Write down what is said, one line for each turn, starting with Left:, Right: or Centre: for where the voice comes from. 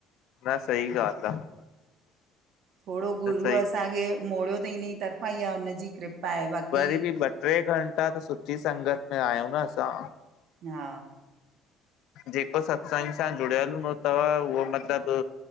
Left: न सही ॻाल्हि आ।
Right: थोड़ो गुरूअ
Left: न सही
Right: असांखे मोड़यो तईं इनई तरफ़ां, ईआ उनजी कृपा आहे बाक़ी
Left: वरी बि ॿ ट्रे घंटा त सुठी संगत में आहयूं न असां।
Right: हा
Left: जेको सत्संग सां जुड़यल हूंदो तव, उहो मतिलब।